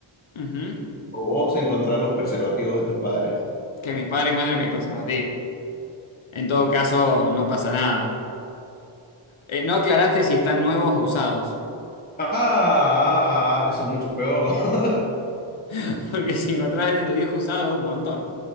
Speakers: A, on the left; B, on the left.
A: Ujú.
B: o vos encontrar los preservativos de tus padres?
A: Que mis padres encuentren mis preservativos. En todo caso, no pasa nada. Eh, no aclaraste si están nuevos o usados.
B: Ah, ah, ah, eso es mucho peor. <laughs>
A: <laughs> Porque si encontrás el de tu viejo usado es un montón.